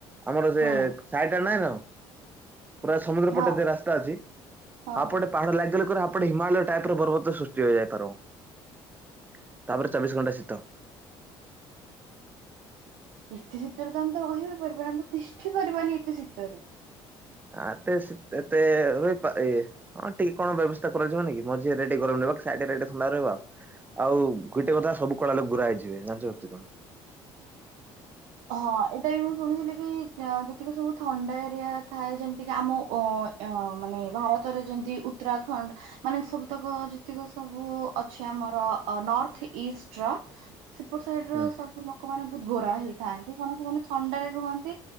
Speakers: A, on the right; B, on the right.
A: ଆମର ସେ
B: ହୁଁ
A: ସାହିଟା ନହିଁ ନା ପୁରା ସମୁଦ୍ର
B: ହଁ
A: ପଟେ ଯ ରାସ୍ତା ଅଛି।
B: ହଁ
A: ଆପଟେ ପାହାଡ ଲାଗିଗଲେ ପୁର ଏପଟେ ହିମାଳୟ ଟାଇପରେ ପର୍ବତ ସୃଷ୍ଟି ହୋଇଯାଇପାରିବ। ତାପରେ ଚବିଶ ଘଣ୍ଟା ଶୀତ।
B: ଏତେ ଶୀତରେ ତ ଆମେ ତ ରହିବି ପାରିବାନି। ଆମେ ତ ତିଷ୍ଟି ପାରିବାନି ଏତେ ଶୀତରେ।
A: ଆତେ ସେ ତେତେ ରହିପାରେ ଏ ହଁ ଟିକେ କଣ ବ୍ୟବସ୍ଥା କରାଯିବନି କି ମଝିହେଲେ ଟିକେ ଗରମ ରହିବ ସାଇଡ ଥଣ୍ଡା ରହିବ ଆଉ। ଆଉ ଗୁଟେ କଥା ସବୁ କଳା ଲୋକ ଗୁରା ହେଇଯିବେ ଜାଣି <unintelligible> କଣ
B: ହଁ ଏଇଟା ବି ମୁଁ ଶୁଣିଥିଲି କି, ଯେତିକି ସବୁ ଥଣ୍ଡା ଏରିଆ ଥାଏ ଯେମିତିକି ଆମ ଅ ଅ ମାନେ ଭାରତରେ ଯେମିତି ଉତ୍ତରାଖଣ୍ଡ ମାନେ ସବୁତକ ଯେତିକି ସବୁ ଅଛି ଆମର ନର୍ଥ ଇଷ୍ଟର ସେପଟ ସାଇଡର
A: ହୁଁ
B: ସବୁ ଲୋକମାନେ ବହୁତ ଗୋରା ହେଇଥାନ୍ତି କାରଣ ସେମାନେ ଥଣ୍ଡାରେ ରୁହନ୍ତି।